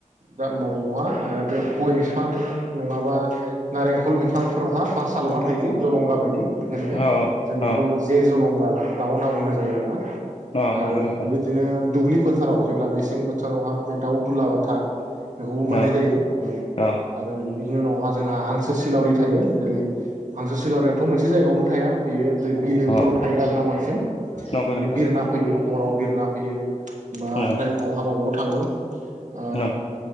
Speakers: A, on the right; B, on the left.
A: दा मावोहा बे गय बिफां नङाबा नारेंखल बिफांफोरावहा बासा लुना थायो जे जलंगा बायदि बेखायनो
B: अ
A: जों बेखौ
B: अ
A: जे जलंगा दाउ होनना बुंनाय जायो आरो ना
B: अ
A: आरो
B: नंगौ नोंथां
A: बेबायदि दिनो दुब्लि फोथाराव जेब्ला मेसें बोथोरावहा बे दाउ दुलाबाथा बेखौबो मोननाय
B: अ
A: जायो औ
B: अ
A: आरो बिनि उनावहा जोंहा हांसो सिलावरि थायो जेरै हांसो सिलारियाथ' मोनसे जायगायावनो थाया बेयो दै बिलोफ्राव
B: अ
A: थायो आरो ना बांसिन
B: नंगौ
A: बेयो
B: नोंथां
A: बिरना फैयो हराव बिरना फैयो बा
B: अ
A: ओमफ्राय उनावहा माबा थाङो ओ
B: अ